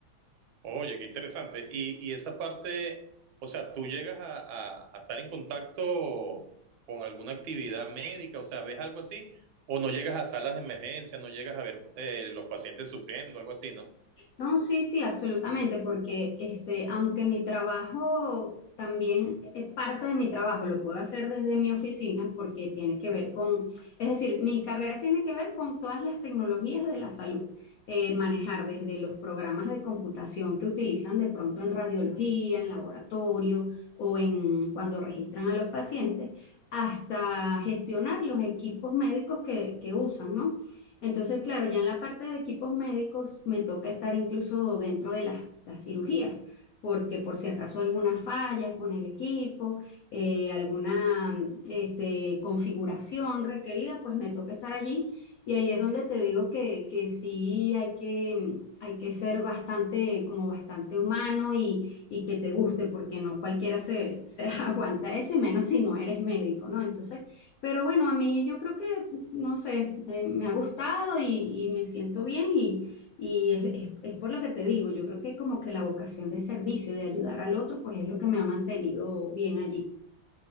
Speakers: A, on the right (about 80°); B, on the left (about 85°).
A: Oye, qué interesante. Y, y esa parte, o sea, tú llegas a, a- a estar en contacto con alguna actividad médica, o sea, ¿ves algo así? ¿O no llegas a salas de emergencia, no llegas a ver eh, los pacientes sufriendo, algo así, ¿no?
B: No, sí, sí, absolutamente, porque este, aunque mi trabajo también, eh, parte de mi trabajo lo puedo hacer desde mi oficina porque tiene que ver con, es decir, mi carrera tiene que ver con todas las tecnologías de la salud, Eh, manejar desde los programas de computación que utilizan de pronto en radiología, en laboratorio o en cuando registran a los pacientes, hasta gestionar los equipos médicos que, que usan, ¿no? Entonces, claro, ya en la parte de equipos médicos me toca estar incluso dentro de las, las cirugías, porque por si acaso alguna falla con el equipo, eh, alguna este, configuración requerida, pues me toca estar allí. Y ahí es donde te digo que, que sí hay que, hay que ser bastante, como bastante humano y, y que te guste, porque no cualquiera se, se <laughs> aguanta eso, y menos si no eres médico, ¿no? Entonces, pero bueno, a mí yo creo que no sé, eh, me ha gustado y, y me siento bien y, y es, es- es por lo que te digo, yo creo que como que la vocación de servicio, de ayudar al otro, pues es lo que me ha mantenido bien allí.